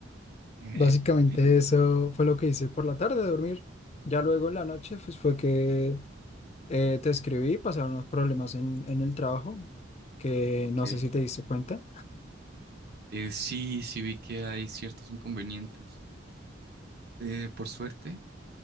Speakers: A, on the right; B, on the left.
A: <laughs>
B: Básicamente eso fue lo que hice por la tarde, dormir. Ya luego en la noche pues, fue que eh, te escribí, pasaron unos problemas en, en el trabajo, que
A: Ok.
B: no sé si te diste cuenta.
A: Eh, sí, sí vi que hay ciertos inconvenientes. Eh, por suerte,